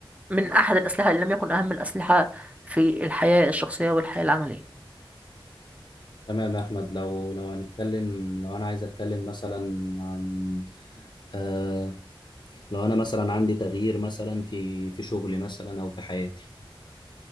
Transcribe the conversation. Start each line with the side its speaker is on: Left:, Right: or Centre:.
Right: من أحد الأسلحة إن لم يكن أهم الأسلحة في الحياة الشخصية والحياة العملية
Left: تمام يا احمد لو لو هنتكلم لو انا عايز اتكلم مثلا عن آه لو انا مثلا عندي تغيير مثلا في في شغلي مثلا او في حياتي